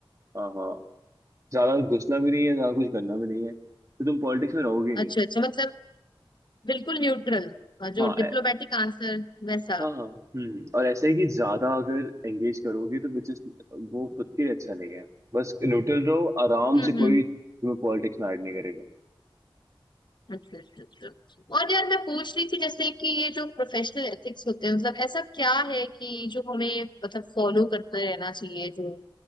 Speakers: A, on the right; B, on the left.
A: हाँ हाँ ज्यादा घुसना भी नहीं है ज्यादा कुछ करना भी नहीं है तो तुम पॉलिटिक्स में रहोगे ही नहीं
B: अच्छा अच्छा मतलब बिल्कुल न्यूट्रल
A: हाँ
B: जो डिप्लोमेटिक
A: ए-
B: आंसर वैसा
A: हाँ हाँ हम्म और ऐसा है कि ज्यादा अगर एंगेज करोगे तो which is वो खुद के लिए अच्छा नहीं है बस न्यूट्रल रहो आराम
B: हम्म
A: से कोई
B: हम्म
A: तुम्हें पॉलिटिक्स में ऐड नहीं करेगा
B: अच्छा अच्छा अच्छा और यार मैं पूछ रही थी जैसे कि ये जो प्रोफेशनल एथिक्स होते हैं मतलब ऐसा क्या है कि जो हमें मतलब फॉलो करते रहना चाहिए जो